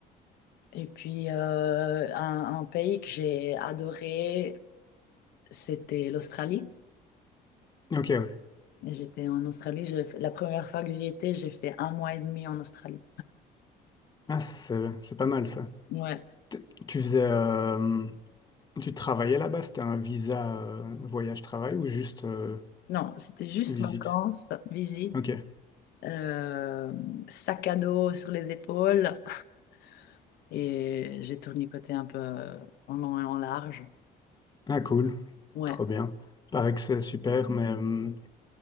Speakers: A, on the left; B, on the left.
A: Et puis, euh, un, un pays que j'ai adoré, c'était l'Australie.
B: Ok, ouais.
A: J'étais en Australie, j'ai fait- la première fois que j'y étais, j'ai fait un mois et demi en Australie.
B: Ah, c'est c'est pas mal ça.
A: Ouais.
B: T- Tu faisais, euh, tu travaillais là-bas? C'était un visa euh, voyage-travail ou juste euh,
A: Non, c'était juste
B: visite?
A: vacances, visite,
B: Ok.
A: euh, sac à dos sur les épaules <laughs> et j'ai tournicoté un peu euh, en long et en large.
B: Ah, cool.
A: Ouais.
B: Trop bien. Paraît que c'est super, mais euh,